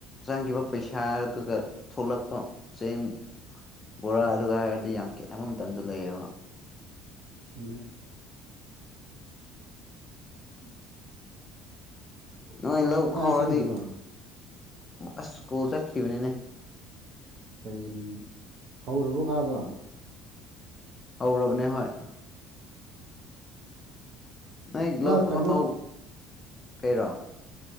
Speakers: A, on the left (about 15°); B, on the right (about 50°).
A: ꯆꯪꯈꯤꯕ ꯄꯩꯁꯥꯗꯨꯒ ꯊꯣꯛꯂꯛꯄ ꯆꯦꯡ ꯕꯣꯔꯥ ꯑꯗꯨꯒ ꯍꯥꯏꯔꯗꯤ ꯌꯥꯝ ꯈꯦꯠꯅꯕꯝꯇꯁꯨ ꯂꯩꯑꯕ
B: ꯑ ꯎ
A: ꯅꯣꯏ ꯂꯧ ꯈꯥꯎꯔꯗꯤ
B: ꯆꯠꯈꯤꯕ꯭ꯔꯣ
A: ꯑꯁ ꯁ꯭ꯀꯣꯜ ꯆꯠꯈꯤꯕꯅꯤꯅꯦ
B: ꯀꯩ ꯍꯧꯔꯨꯕ ꯀꯥꯕ
A: ꯍꯧꯔꯕꯅꯦ ꯍꯣꯏ ꯅꯣꯏꯒ꯭ꯂꯞ
B: ꯃꯥ ꯀꯩꯅꯣ
A: ꯈꯥꯎ ꯀꯩꯔꯣ